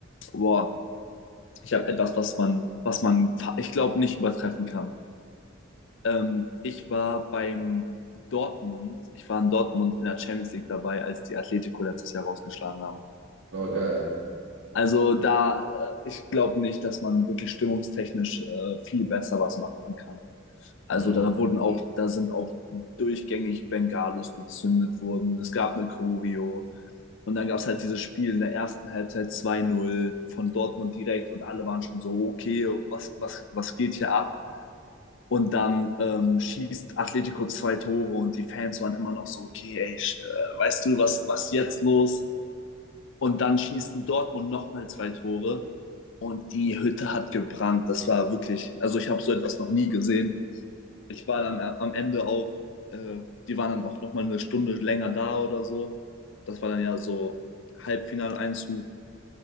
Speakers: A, on the left (about 65°); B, on the right (about 80°).
A: Boah, ich habe etwas, was man, was man, ich glaube, nicht übertreffen kann. Ähm, ich war beim Dortmund, ich war in Dortmund in der Champions League dabei, als die Atletico letztes Jahr rausgeschlagen haben.
B: War geil.
A: Also da, äh, ich glaube nicht, dass man wirklich stimmungstechnisch äh, viel besser was machen kann. Also
B: Mhm.
A: da wurden auch, da sind auch durchgängig Bengalos gezündet worden. Es gab eine Choreo. Und dann gab es halt dieses Spiel in der ersten Halbzeit 2-0 von Dortmund direkt und alle waren schon so, okay, was, was, was geht hier ab? Und dann ähm, schießt Atletico zwei Tore und die Fans waren immer noch so, okay, ey, sch- äh, weißt du, was, was jetzt los? Und dann schießen Dortmund nochmal zwei Tore und die Hütte hat gebrannt. Das war wirklich, also ich habe so etwas noch nie gesehen. Ich war dann a- am Ende auch, äh, die waren dann auch nochmal eine Stunde länger da oder so. Das war dann ja so Halbfinaleinzug